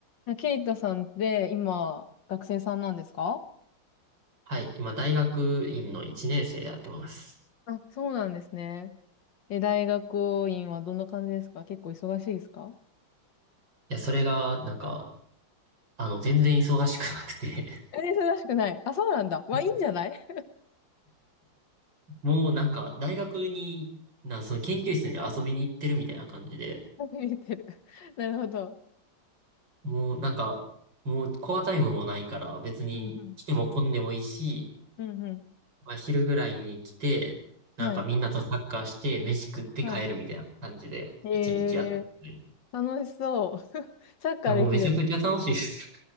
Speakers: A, on the left; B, on the right.
A: あケイタさんって今、学生さんなんですか
B: はい。今、大学院の1年生やってます。
A: あ、そうなんですね。え、大学院はどんな感じですか結構忙しいですか
B: いや、それが、なんか、あの、全然忙しくなくて
A: え、忙しくない。あ、そうなんだ。まあ、
B: <laughs>
A: いいんじゃない
B: もうなんか、大学に、な、その研究室に遊びに行ってるみたいな感じで、
A: <laughs> 見てる。<laughs> なるほど。
B: もうなんか、もうコアタイムもないから、別に来ても混んでもいいし、
A: うんうん。うんうん。
B: まあ、昼ぐらいに来て、なんかみんなとサッカーして、
A: はい。
B: 飯食って帰るみたいな感じで、
A: はい。えー、
B: 一日やってる。い
A: 楽しそう。<laughs> サッカーできるね。
B: や、もうめちゃくちゃ楽しいです。